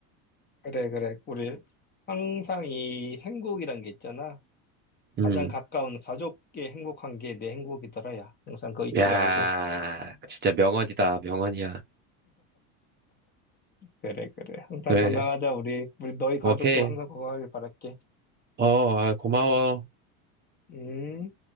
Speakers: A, on the left (about 25°); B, on the right (about 25°).
A: 그래, 그래. 우리 항상 이 행복이란 게 있잖아.
B: 음.
A: 가장 가까운 가족의 행복한 게 내 행복이더라, 야. 항상 그거 잊지
B: 야,
A: 말고.
B: 진짜 명언이다, 명언이야.
A: 그래, 그래. 항상
B: 그래,
A: 건강하자, 우리. 우리 너희 가족도
B: 오케이.
A: 항상 건강하길 바랄게.
B: 어, 아, 고마워.
A: 음.